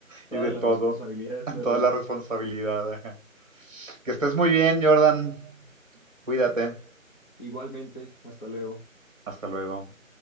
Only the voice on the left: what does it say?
Todas
las
responsabilidades
de adulto.
Igualmente, hasta luego.